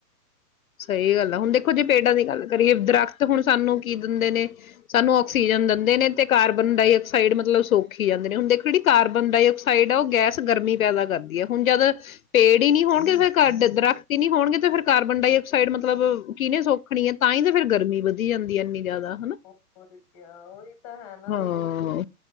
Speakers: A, on the left; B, in the centre.
A: ਸਹੀ ਗੱਲ ਆ ਹੁਣ ਦੇਖੋ ਜੇ ਪੇਡਾਂ ਦੀ ਗੱਲ ਕਰੀਏ ਦਰਖਤ ਹੁਣ ਸਾਨੂੰ ਕੀ ਦਿੰਦੇ ਨੇ ਸਾਨੂੰ ਆਕਸੀਜਨ ਦਿੰਦੇ ਨੇ ਤੇ ਕਾਰਬਨ ਡਾਇਆਕਸਾਈਡ ਮਤਲਬ ਸੌਖੀ ਜਾਂਦੇ ਨੇ ਹੁਣ ਦੇਖੋ ਜਿਹੜੀ ਕਾਰਬਨ ਡਾਇਆਕਸਾਈਡ ਸਾਈਡ ਉਹ ਗੈਸ ਗਰਮੀ ਪੈਦਾ ਕਰਦੀ ਹੈ ਹੁਣ ਜਦ ਪੇੜ ਹੀ ਨਹੀਂ ਹੋਣਗੇ ਫਿਰ ਘੱਟ ਦਰਖਤ ਹੀ ਨਹੀਂ ਹੋਣਗੇ ਤੇ ਫਿਰ ਕਾਰਬਨ ਡਾਇਆਕਸਾਈਡ ਮਤਲਬ ਕਿਹਨੇ ਸੌਖਣੀ ਹੈ ਤਾਂ ਹੀ ਤਾਂ ਫ਼ਿਰ ਗਰਮੀ ਵਧੀ ਜਾਂਦੀ ਹੈ ਇੰਨੀ। ਜ਼ਿਆਦਾ ਹਨਾ
B: ਹੋਰ ਕਿਆ ਉਹੀ ਤਾਂ ਹੈ ਨਾ ਵੀ
A: ਹਾਂ